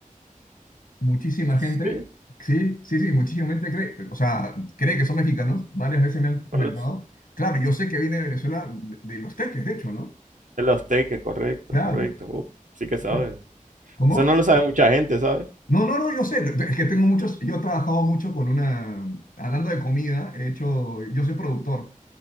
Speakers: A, on the left (about 80°); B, on the right (about 65°).
A: Muchísima
B: Sí,
A: gente, sí, sí, sí, muchísima gente cree, o sea, cree que son mexicanos, varias veces me han comentado.
B: no lo sé.
A: Claro, yo sé que viene de Venezuela, de, de los teques, de hecho, ¿no?
B: de los teques, correcto,
A: Claro,
B: correcto. Uh, sí que sabes.
A: claro. ¿Cómo?
B: Eso no lo sabe mucha gente, ¿sabes?
A: No, no, no, yo sé, es que tengo muchos, yo he trabajado mucho con una, hablando de comida, he hecho, yo soy productor